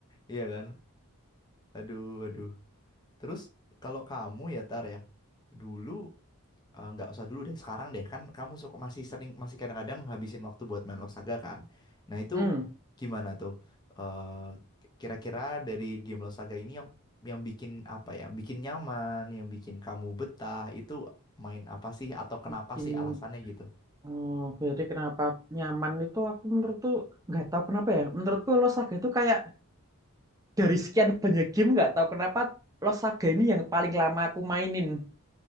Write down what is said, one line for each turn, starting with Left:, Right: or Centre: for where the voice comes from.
Left: iya kan? Aduh aduh. Terus kalau kamu ya Tar ya, dulu. Eh, nggak usah dulu deh sekarang deh kan kamu suka masih sering masih kadang-kadang ngabisin waktu buat main Losaga kan nah itu
Right: Hmm,
Left: gimana tuh Eh, kira-kira dari game Losaga ini yang yang bikin apa ya bikin nyaman yang bikin kamu betah itu main apa sih atau kenapa
Right: bikin
Left: sih alasannya gitu
Right: oh, jadi kenapa nyaman itu aku menurut tuh nggak tahu kenapa ya. Menurutku Los Saga itu kayak dari sekian banyak game nggak tahu kenapa Los Saga ini yang paling lama aku mainin